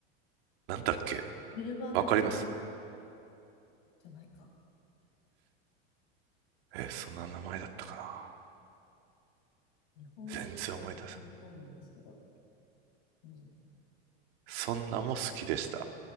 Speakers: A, on the right; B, on the left.
A: なんだっけ
B: ギルバート・
A: わかります
B: グレープじゃないか。
A: えーそんな名前だったかな
B: 日本語で私もそうなんですけど。
A: 全然思い出せない。
B: うん
A: そんなも好きでした。